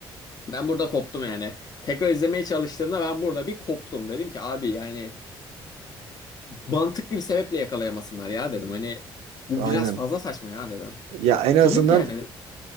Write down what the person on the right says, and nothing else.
Aynen.
Ya en
azından